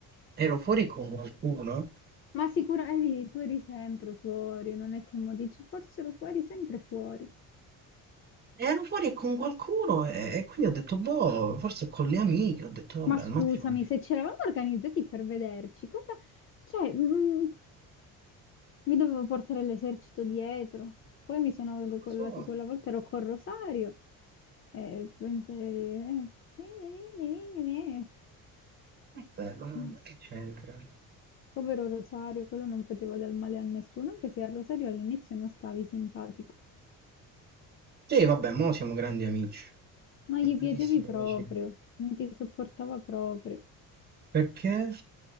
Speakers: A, on the right (about 30°); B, on the left (about 40°).
A: ero fuori con qualcuno.
B: ma sicuramente tu eri sempre fuori, non è che mo dici, forse ero fuori, sempre fuori.
A: Ero fuori con qualcuno e, e quindi ho detto, boh, forse con le amiche, ho detto, vabbè,
B: Ma scusami,
A: al matrimonio.
B: se ci eravamo organizzati per vederci, cosa... Cioè, mm, mi dovevo portare l'esercito dietro. Poi mi sono...
A: Non lo
B: Quella,
A: so,
B: quella volta ero col Rosario. Eh, eh, eh, eh,
A: vabbè, ma, ma
B: maschi.
A: che c'entra?
B: Povero Rosario, quello non faceva del male a nessuno, anche se a Rosario all'inizio non stavi simpatico.
A: Sì, vabbè, mo siamo grandi amici,
B: Non gli
A: grandissimi
B: piacevi proprio,
A: amici.
B: non ti sopportava proprio.
A: Perché?